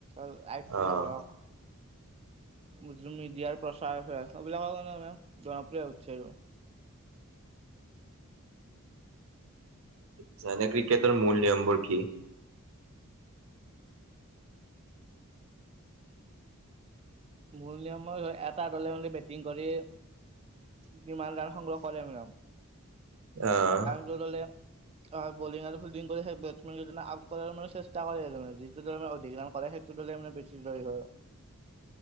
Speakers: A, on the right; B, on the right.
A: আই পি
B: অ',
A: এল হওঁক মিডিয়াৰ প্ৰচাৰ চলায় এইবিলাক <unintelligible> জনপ্ৰিয় হৈছে আৰু।
B: <unintelligible> ক্ৰিকেটৰ মূল নিয়মবোৰ কি?
A: মূল নিয়ম ময় হয় এটা দলে মালে বেটিং কৰি যিমান ৰান সংগ্ৰহ কৰে মানে আও।
B: ইয়াহ
A: ত দলে আ বলিং আৰু ফিল্ডিং কৰি সেই বেটছমেন কিদিনা আউট কৰাৰ মানে চেষ্টা কৰে <unintelligible> <unintelligible> অধিক ৰান কৰে সেইটো দলে মানে বেছি জয় হয়।